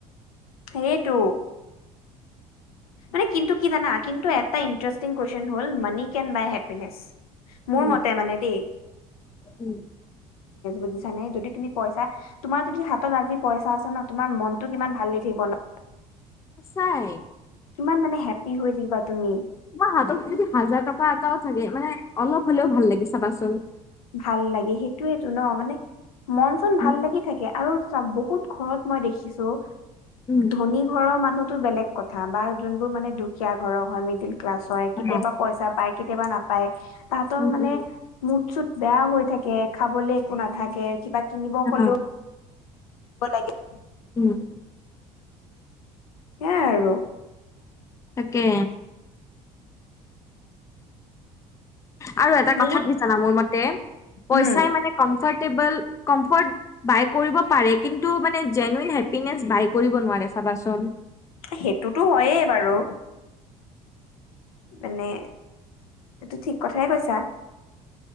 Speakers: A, on the left; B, on the left.
A: সেইটো। মানে কিন্তু কি জানা কিন্তু এটা ইণ্টাৰেষ্টিং কুৱেশন হল, মানি কেন বাই হে্পিনেচ। মোৰ
B: উম
A: মতে মানে দেই।
B: উম।
A: বুজিছানে যদি তুমি পইচা, তোমাৰ যদি হাতত আজি পইচা আছে ন' তোমাৰ মনটো কিমান ভাল লাগি থাকিব ন' <unintelligible>
B: সচাঁই।
A: কিমান মানে হেপ্পী হৈ থাকিবা তুমি।
B: তোমাৰ হাতত যদি হাজাৰ টকা এটাও থাকে মানে, অলপ হলেও ভাল লাগে চাবাচোন।
A: ভাললাগে, সেইটোৱেটো ন' মানে মন চন ভাল
B: উম
A: লাগি থাকে আৰু বহুত ঘৰত মই দেখিছোঁ।
B: উম
A: ধনী ঘৰৰ মানুহ টো বেলেগ কথা বা যোনবোৰ মানে দুখীয়া ঘৰৰ হয় মিডিল ক্লাছ হয়
B: অ
A: কেতিয়াবা পইচা পাই কেতিয়াবা নাপায়, তাহাতৰ
B: উম
A: মানে,
B: উম
A: মুদ চুত বেয়া হৈ থাকে খাবলে একো নাথাকে, কিবা কিনিবও
B: অ
A: হ'লেও <unintelligible>
B: উম,
A: সেয়াই আৰু।
B: তাকে। আৰু এটা কথা
A: বহুত
B: কি জানা মোৰ মতে, পইচাই
A: উম
B: মানে কম <unintelligible> কম্ফৰ্ট বাই কৰিব পাৰে কিন্তু মানে জেনুইন হেপীনেছ বাই কৰিব নোৱাৰে। দে চাবা চোন
A: সেইটোতো হয়েই বাৰু এনে, এইটো ঠিক কথাই কৈছে